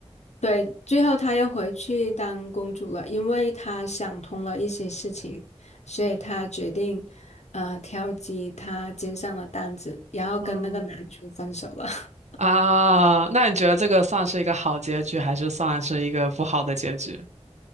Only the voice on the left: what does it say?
对，最后她又回去当公主了，因为她想通了一些事情，所以她决定，呃，挑起她肩上的担子，然后跟那个男主分手了。
<laughs>